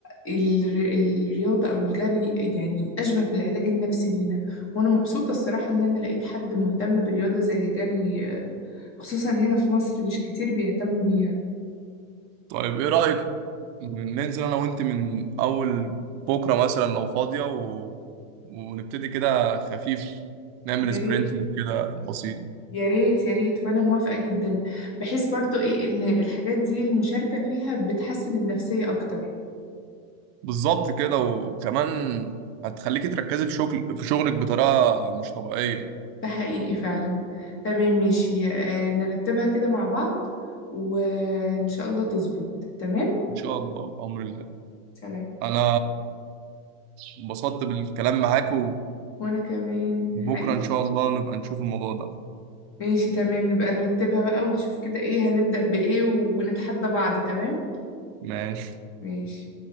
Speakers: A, on the left; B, on the right.
A: ال- الرياضة او الجري يعني اشبه بالعلاج النفسي لينا وانا مبسوطة الصراحة ان انا لقيت حد مهتم برياضة زي الجري خصوصا هنا في مصر مش كتير بيهتموا بيها
B: طيب ايه رايك ننزل انا وانت من اول بكره مثلا لو فاضيه و... ونبتدي كده خفيف نعمل
A: يا
B: سبرنتنج
A: ريت
B: كده بسيط
A: يا ريت يا ريت وانا موافقة جدا بحيث برضو ايه ان الحاجات دي المشاركة فيها بتحسن النفسية اكتر
B: بالظبط كده وكمان هتخليكي تركزي في شغل في شغلك بطريقه مش طبيعيه
A: ده حقيقي فعلا تمام ماشي آه، نرتبها كده مع بعض وإن شاء الله تظبط تمام
B: ان شاء الله بامر الله
A: سلام
B: انا انبسطت بالكلام معاك
A: وأنا كمان
B: وبكره
A: حقيقي
B: ان شاء الله نبقى نشوف الموضوع ده
A: ماشي تمام نبقى نرتبها بقى ونشوف كده إيه هنبدأ بإيه ونتحدى بعض تمام
B: ماشي
A: ماشي